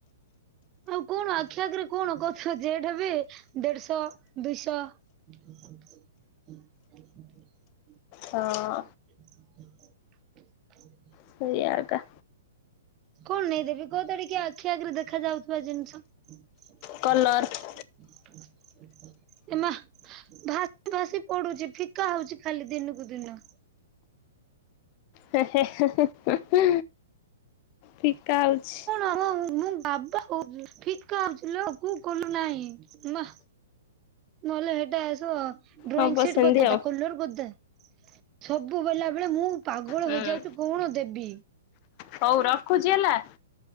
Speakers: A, on the right; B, on the left.
A: ଆଉ କଣ ଆଖି ଆଗରେ କଣ କଥା ଜେଠ ବି ଦେଡ୍ଶଅ ଦୁଇଶଅ <unintelligible>
B: ହଁ।
A: <unintelligible>
B: ସେଇଆ ଆକା।
A: କଣ ନେଇଦେବି କତ ଟିକେ ଆଖି ଆଗରେ ଦେଖା ଯାଉଥିବା ଜିନିଷ। <unintelligible>
B: କଲର
A: ଏ ମା ଭା ଭାସି ପଡୁଛି ଫିକା ହଉଛି ଖାଲି ଦିନକୁ ଦିନ।
B: ହେ ହେ ହେ ହୁଁ ହୁଁ ହୁଁ। ଫିକା ହଉଛି।
A: ଆଁ ମୁଁ ବାବା ହୋଉଛି ଫିକା ହୋଉଚି ଲୋ କୁ କୋଲୋ ନାଇଁ ମା ନହେଲେ ହେଟା ଅସିବ ଡ୍ରଇଂସିଟ୍
B: ହବ ସେମିତି
A: କରିଦେ ତା
B: ଆଉ
A: କଲର କରଦେ ସବୁ ବୋଇଲା ବେଳେ ମୁଁ ପାଗଳ
B: ହୁଁ
A: ହେଇଯାଉଚି କଣ ଦେବି?
B: ହଉ ରଖୁଛି ହେଲା